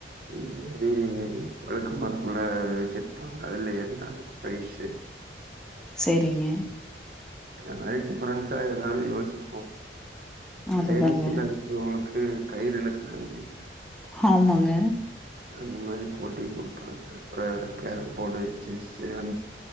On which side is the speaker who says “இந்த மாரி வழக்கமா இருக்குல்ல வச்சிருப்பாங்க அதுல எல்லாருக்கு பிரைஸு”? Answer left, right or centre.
Right